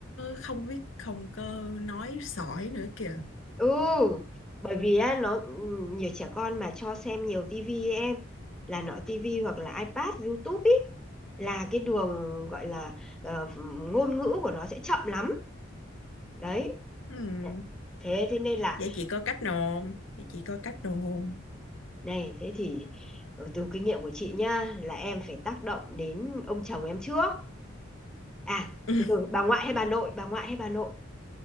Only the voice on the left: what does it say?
không biết không có nói sỏi nữa kìa.
Ừ,
vậy chị có cách nào không? Vậy chị có cách nào không?
<laughs>